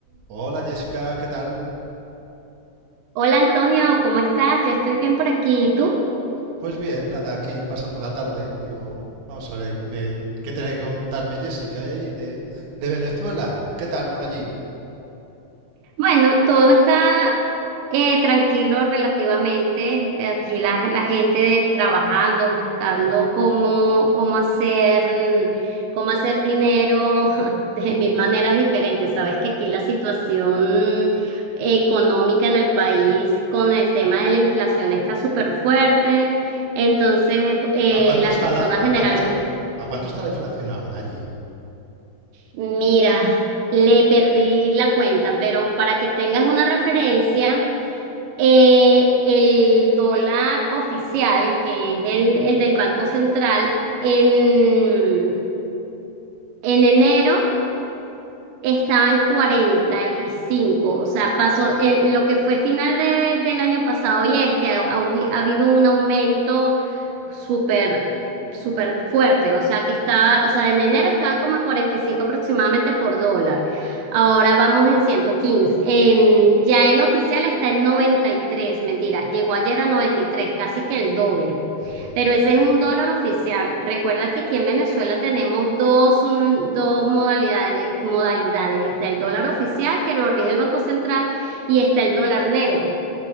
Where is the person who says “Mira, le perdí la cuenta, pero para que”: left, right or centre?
Right